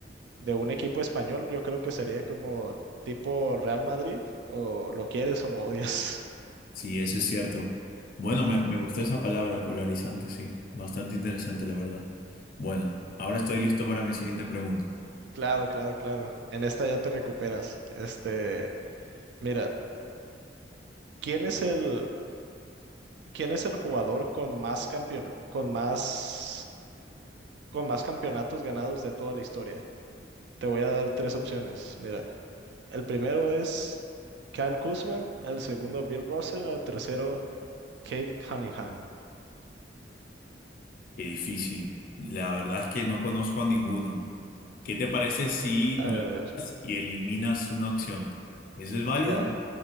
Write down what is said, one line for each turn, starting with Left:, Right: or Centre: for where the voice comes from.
Right: de un equipo español. Yo creo que sería como tipo Real Madrid, o lo quieres o lo odias.
Left: Sí, eso es cierto. Bueno,
Right: <laughs>
Left: me,
Right: Ujú.
Left: me gustó esa palabra, polarizante, sí. Bastante interesante, la verdad. Bueno, ahora estoy listo para mi siguiente pregunta.
Right: Claro, claro, claro. En esta ya te recuperas. Este, mira, ¿quién es el, quién es el jugador con más campeona- con más, con más campeonatos ganados de toda la historia? Te voy a dar tres opciones. Mira, el primero es Kyle Kuzma, el segundo Bill Russell, el tercero Kate Cunningham.
Left: Qué difícil. La verdad es que no conozco a ninguno. ¿Qué te parece si
Right: A
Left: vas
Right: ver, a ver.
Left: y eliminas una opción? ¿Eso es válido?
Right: ah,